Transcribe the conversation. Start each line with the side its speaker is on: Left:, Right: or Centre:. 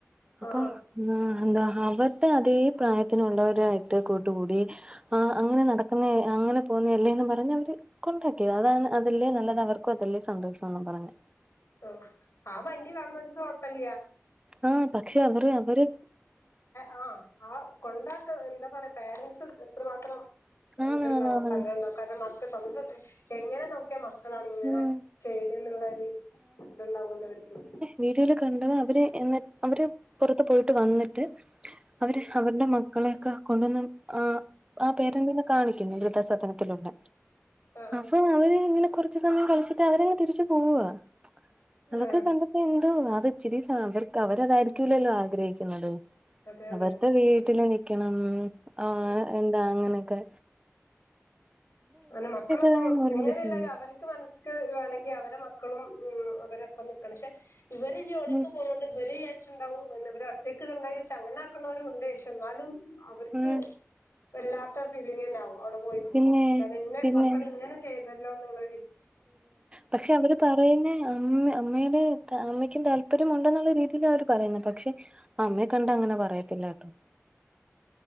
Right: അപ്പം
Left: ആഹ് ആഹ്
Right: ന്നാ എന്താ അവര്ടെ അതേ പ്രായത്തിനുള്ളവരായിട്ട് കൂട്ടുകൂടി ആഹ് അങ്ങനെ നടക്കുന്നേ അങ്ങനെ പോവുന്നേ അല്ലേന്ന് പറഞ്ഞ് അവര് കൊണ്ടാക്കി. അതാണ് അതില് നല്ലത് അവർക്കും അതല്ലേ സന്തോഷം ന്നും പറഞ്ഞ്
Left: ഓഹ് ആ മൈൻഡ് കാണ്ണോൽക്ക് കൊഴപ്പില്ല.
Right: ആഹ് പക്ഷെ അവർ അവര്
Left: ആഹ് ആ കൊണ്ടാക്ക എന്താ പറയാ പോരന്റ്സ് എത്ര മാത്രം
Right: ആണാണാണ്
Left: ത്ണ്ടാവും സങ്കടം ണ്ടാവും കര്ണം മക്കൾ സ്വന്തം എങ്ങനെ നോക്കിയാ മ ക്കളാണ് ഇങ്ങനെ
Right: ഉം
Left: ചെയ്യ്ണെന്നുള്ളരു ഇത്ണ്ടാവല്ലോ ഇവര്ക്ക്
Right: വീഡിയോയിൽ കണ്ടത് അവര് എന്ന അവര് പൊറത്ത് പോയിട്ട് വന്നിട്ട് അവര്
Left: ഉം
Right: അവരുടെ മ ക്കളെയൊക്കെ കൊണ്ടന്നും ആ ആ പേരന്റിന്ന് കാണിക്കുന്നു വൃദസദനത്തിലുള്ള
Left: ആ
Right: അപ്പൊ അവര് ഇങ്ങനെ കൊറച്ച് സമയം കളിച്ചിട്ട് അവര് തിരിച്ചു പോവാ. അതൊക്കെ
Left: ആ
Right: കണ്ടപ്പോ എന്തോ അത് ഇച്ചിരി <unintelligible> അവരതായിരിക്കല്ലല്ലോ ആഗ്രഹിക്കുന്നത്.
Left: അതെ അതെ
Right: അവര്ടെ വീട്ടില് നിക്കണം. ആ
Left: ഉം
Right: എന്താ അങ്ങനൊക്കെ
Left: <unintelligible> മക്കളപ്പൊ
Right: അതിനെ നോർമലൈസ്
Left: എങ്ങനെല്ലേലും
Right: ചെയ്യുന്നു
Left: അവരെ മനസ്ക്ക് ത് വേണെങ്കി അവരെ മക്കളും ഉം അവരൊപ്പം നിൽക്കണം. ശേ ഇവര് ജോലിക്ക്
Right: ഉം
Left: പോണ്ട് ഇവര് ച്ച്ണ്ടാവും പിന്നെ ഇവരെ ഒറ്റക്ക് കൊണ്ടോയി ഷ് അങ്ങനെ ആക്ക്ണോലും ഇണ്ട്. ഷ് ന്നാലും അവര്ക്ക്
Right: ഉം
Left: വല്ലാത്ത ഫീലിംഗ് എന്നാവും അവ്ടെ പോയിക്കുമ്പോ
Right: പിന്നെ
Left: കര്ണം ഇന്നെ
Right: പിന്നെ
Left: മക്കള് ഇങ്ങനെ ചെയ്തല്ലോ ന്നുള്ളൊരു
Right: പക്ഷെ അവര് പറയുന്നെ അമ്മ അമ്മയ്ല് അമ്മയ്ക്കും താല്പര്യം ഉണ്ടെന്നുള്ള രീതിയിലാ അവര് പറയുന്നെ പക്ഷെ അമ്മയെ കണ്ട അങ്ങനെ പറയത്തില്ല കെട്ടോ